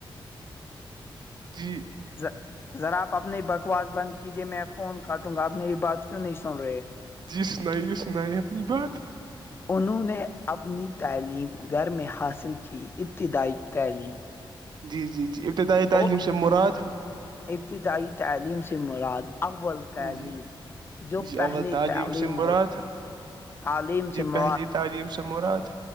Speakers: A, on the right; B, on the left.
A: جی
B: ز ذرا آپ اپنی بکواس بند کیجیے میں فون کاٹوں گا آپ میری بات کیوں نہیں سن رہے
A: جی سنائیے سنائیے اپنی بات
B: انہوں نے اپنی تعلیم گھر میں حاصل کی ابتدائی تعلیم
A: جی جی جی ابتدائی تعلیم
B: اور
A: سے مراد
B: ابتدائی تعلیم سے مراد اول تعلیم
A: جی
B: جو
A: جی
B: پہلی
A: اول
B: تعلیم
A: سے مراد
B: ہوتی تعلیم
A: جی
B: سے
A: پہلی
B: م
A: تعلیم سے مراد